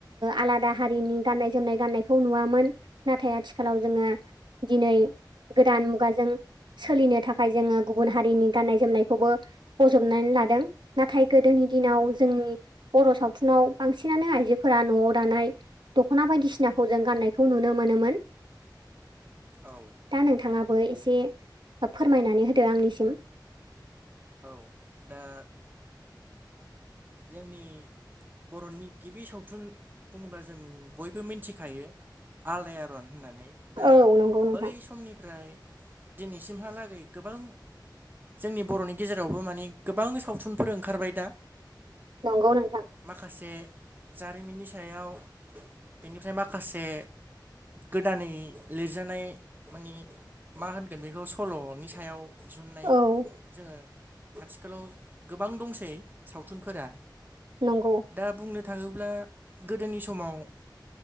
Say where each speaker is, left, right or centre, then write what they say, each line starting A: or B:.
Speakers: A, on the right; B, on the right.
A: आलादा हारिनि गान्नाय जोमनाय गान्नायखौ नुवामोन नाथाय आथिखालाव जोङो दिनै गोदान मुगाजों सोलिनो थाखाय जोङो गुबुन हारिनि गाननाय जोमनायखौबो बजबनानै लादों नाथाय गोदोनि दिनाव जोंनि बर' सावथुनाव बांसिनानो आइजोफोरा न'आव दानाय दख'ना बायदिसिनाखौ जों गान्नायखौ नुनो मोनोमोन
B: औ
A: दा नोंथाङाबो एसे फोरमायनानै होदो आंनिसिम
B: औ दा जोंनि बर'नि गिबि सावथुन बुङोब्ला जों बयबो मिन्थिखायो आलदायारन होननानै दा
A: औ नंगौ नोंथां
B: बै समनिफ्राय दिनैसिमहालागै गोबां जोंनि बर'नि गेजेरावबो माने गोबां सावथुनफोर ओंखारबाय दा
A: नंगौ नोंथां
B: माखासे जारिमिननि सायाव बेनिफ्राय माखासे गोदानै लिरजानाय माने मा होनगोन बेखौ सल'नि सायाव दिहुननाय
A: औ
B: जोङो आथिखालाव गोबां दंसै सावथुनफोरा।
A: नंगौ।
B: दा बुंनो थाङोब्ला गोदोनि समाव